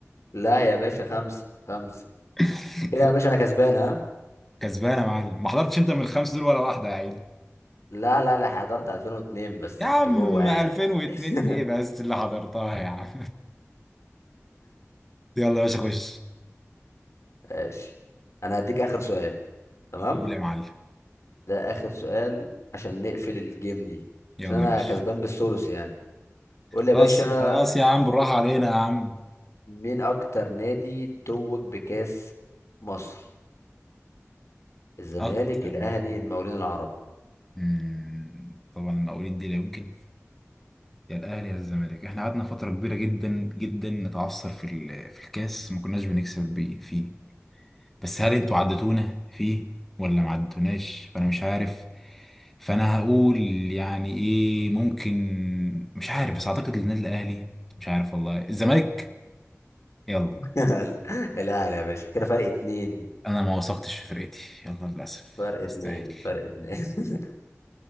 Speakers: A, on the left; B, in the centre.
A: لا يا باشا خمسه خمسه
B: <laughs>
A: كده يا باشا انا كسبان ها
B: كسبان يا معلم ما حضرتش انت من الخمس دول ولا واحده يا عيني
A: لا لا لا حضرت 2002 بس
B: يا عم
A: كنت جوه يعني
B: 2002
A: <laughs>
B: ايه بس اللي حضرتها يا عم <laughs> يلا يا باشا خش
A: ماشي انا هديك اخر سؤال تمام
B: قول يا معلم
A: ده اخر سؤال عشان نقفل الجيم دي
B: يلا
A: عشان انا
B: يا باشا
A: كسبان بالثلث يعني قول لي يا
B: خلاص
A: باشا
B: خلاص يا عم بالراحه علينا يا عم
A: مين اكتر نادي توج بكاس مصر الزمالك
B: اكتر
A: الاهلي
B: من
A: المقاولين العرب
B: مم. طبعا المقاولين دي لا يمكن يا الاهلي يا الزمالك احنا قعدنا فتره كبيره جدا جدا نتعثر في ال- في الكاس ما كناش بنكسب بيه فيه بس هل انتوا عدتونا فيه ولا ما عدتوناش فانا مش عارف فانا هقول يعني ايه ممكن مش عارف بس اعتقد النادي الاهلي مش عارف والله الزمالك يلا
A: <laughs> لا الاهلي يا باشا كده فرق اتنين
B: انا ما وثقتش في فرقتي يلا للاسف
A: فرق اتنين
B: استاهل
A: فرق اتنين <laughs>